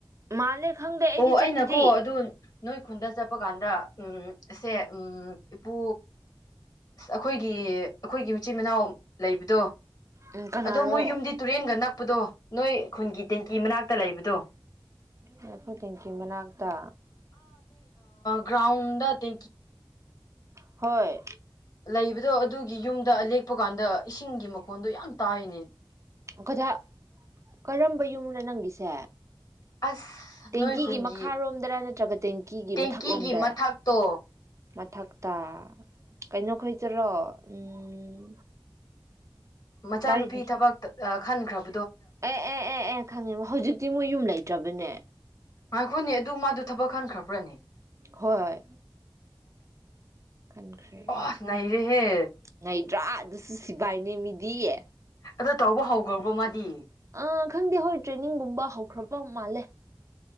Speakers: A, on the right; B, on the left.
A: ꯃꯥꯜꯂꯦ ꯈꯪꯗꯦ ꯑꯩꯗꯤ
B: ꯑꯣ ꯑꯩꯅꯀꯣ
A: ꯆꯠꯇ꯭ꯔꯤ
B: ꯑꯗꯨ ꯅꯣꯏ ꯈꯨꯟꯗ ꯆꯠꯄ ꯀꯥꯟꯗ ꯎꯝ ꯑꯁꯦ ꯎꯝ ꯏꯄꯨ ꯑꯩꯈꯣꯏꯒꯤ ꯑꯩꯈꯣꯏꯒꯤ ꯃꯆꯤꯟ ꯃꯅꯥꯎ ꯂꯩꯕꯗꯣ
A: ꯎꯝ ꯀꯅꯥꯔꯣ
B: ꯑꯗꯣ ꯃꯣꯏ ꯌꯨꯝꯗꯤ ꯇꯨꯔꯦꯟꯒ ꯅꯛꯄꯗꯣ ꯅꯣꯏ ꯈꯨꯟꯒꯤ ꯇꯦꯡꯀꯤ ꯃꯅꯥ ꯉꯥꯛꯇ ꯂꯩꯕꯗꯣ
A: ꯑꯩꯈꯣꯏꯗꯤꯡꯒꯤ ꯃꯅꯥꯛꯇ
B: ꯭ꯔꯥꯎꯟꯗ ꯇ
A: ꯍꯣꯏ
B: ꯂꯩꯕꯗꯣ ꯑꯗꯨꯒꯤ ꯌꯨꯝ ꯗ ꯂꯦꯛꯄ ꯀꯥꯟꯗ ꯏꯁꯤꯡꯒꯤ ꯃꯈꯣꯟꯗꯣ ꯌꯥꯝ ꯇꯥꯏꯅꯦ
A: ꯀꯖ ꯀꯔꯝꯕ ꯌꯨꯝꯅ ꯅꯪꯒꯤꯁꯦ
B: ꯑꯁ
A: ꯇꯦꯡꯀꯤꯒꯤ
B: ꯅꯣꯏ ꯈꯨꯨꯟꯒꯤ
A: ꯃꯈꯥꯔꯣꯝꯗꯔ ꯅꯠꯇ꯭ꯔꯒ ꯇꯦꯡꯀꯤꯒꯤ
B: ꯇꯦꯡꯀꯤꯒꯤ
A: ꯃꯊꯛꯔꯣꯝꯗꯔ
B: ꯃꯊꯥꯛꯇꯣ
A: ꯃꯊꯛꯇ ꯀꯩꯅꯣ ꯈꯣꯏꯗꯔꯣ ꯎꯝ
B: ꯃꯆꯥꯅꯨꯄꯤ
A: ꯇꯥꯔꯤꯟ
B: ꯊꯕꯛ ꯈꯟꯈ꯭ꯔꯕ
A: ꯑꯦ ꯑꯦ ꯑꯦ ꯑꯦ ꯈꯪꯉꯤꯕ ꯍꯧꯖꯤꯛ ꯁꯤ ꯃꯣꯏ ꯌꯨꯝ ꯂꯩꯇ꯭ꯔꯕꯅꯦ
B: ꯉꯈꯣꯏꯅꯤ ꯑꯗꯨ ꯃꯥꯗꯨ ꯊꯕꯛ ꯈꯟꯈ꯭ꯔꯕ꯭ꯔꯅꯤ
A: ꯍꯣꯏ ꯈꯟꯈ꯭ꯔꯦ
B: ꯑꯣ ꯅꯩꯔꯦꯍꯦ
A: ꯉꯗ꯭ꯔꯥ ꯑꯗꯨꯁꯨ ꯁꯤꯕꯥꯏꯅꯦ ꯃꯤꯗꯤꯌꯦ
B: ꯑꯗꯣ ꯇꯧꯕ ꯍꯧꯈ꯭ꯔꯕꯣ ꯃꯥꯗꯤ
A: ꯑ ꯈꯪꯗꯦ ꯍꯣꯏ ꯇ꯭ꯔꯦꯅꯤꯡꯒꯨꯝꯕ ꯍꯧꯈ꯭ꯔꯕ ꯃꯥꯜꯂꯦ